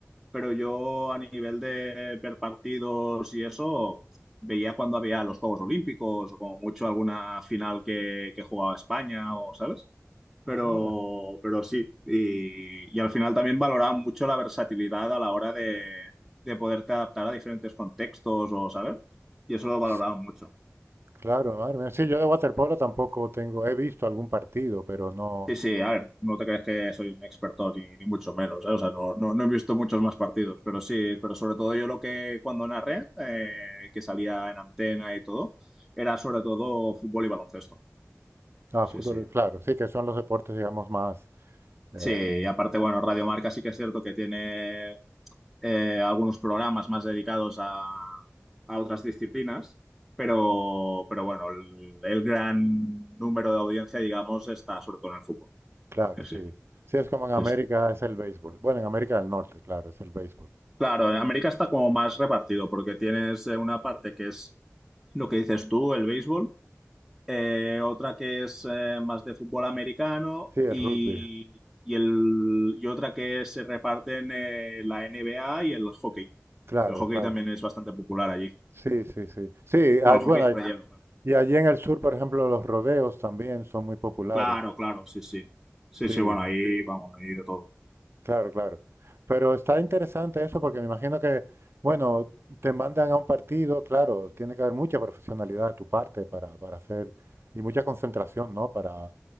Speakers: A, in the centre; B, on the right.
A: pero yo a nivel de ver partidos y eso, veía cuando había los Juegos Olímpicos o como mucho alguna final que, que jugaba España o, ¿sabes? Pero,
B: Ah,
A: pero sí, y, y al final también valoraba mucho la versatilidad a la hora de, de poderte adaptar a diferentes contextos o, ¿sabes? Y eso lo valoraba
B: s-
A: mucho.
B: claro, madre mía. Sí, yo de waterpolo tampoco tengo, he visto algún partido, pero no.
A: Sí, sí, a ver, no te crees que soy un experto ni, ni mucho menos, ¿eh? O sea, no, no, no he visto muchos más partidos, pero sí, pero sobre todo yo lo que cuando narré, eh, que salía en antena y todo, era sobre todo fútbol y baloncesto.
B: Ah,
A: Sí,
B: fútbol,
A: sí.
B: claro, sí, que son los deportes, digamos, más. eh,
A: Sí, y aparte, bueno, Radio Marca sí que es cierto que tiene eh, algunos programas más dedicados a, a otras disciplinas, pero, pero bueno, el, el gran número de audiencia, digamos, está sobre todo en el fútbol.
B: claro,
A: Sí,
B: sí.
A: sí,
B: Sí, es como en
A: sí.
B: América
A: sí.
B: es el béisbol. Bueno, en América del Norte, claro, es el béisbol.
A: Claro, en América está como más repartido porque tienes eh, una parte que es lo que dices tú, el béisbol, eh, otra que es eh, más de fútbol americano
B: Sí, el
A: y,
B: rugby.
A: y el, y otra que se reparten eh, la NBA y el hockey.
B: Claro,
A: El hockey
B: claro.
A: también es bastante popular allí.
B: Sí, sí, sí. Sí,
A: Bueno,
B: ah,
A: el
B: bueno,
A: hockey sobre
B: hay-
A: hielo, claro.
B: y allí en el sur, por ejemplo, los rodeos también son muy populares.
A: Claro, claro, sí, sí. Sí,
B: Sí.
A: sí, bueno, ahí vamos, ahí de todo.
B: Claro, claro. Pero está interesante eso porque me imagino que, bueno, te mandan a un partido, claro, tiene que haber mucha profesionalidad de tu parte para, para hacer y mucha concentración, ¿no? Para,